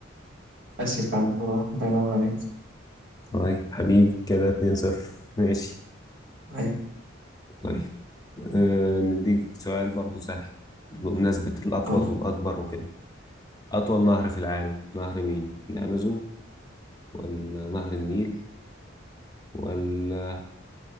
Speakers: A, on the right; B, on the left.
A: آسيا فعلا نمبر واحد الله ينور عليك
B: طيب حبيب كده 2-0 ماشي
A: أيوة
B: طيب آه نديك سؤال برضو سهل بمناسبة الأطول
A: آه.
B: والأكبر وكده أطول نهر في العالم نهر مين؟ الأمازون ولا نهر النيل ولا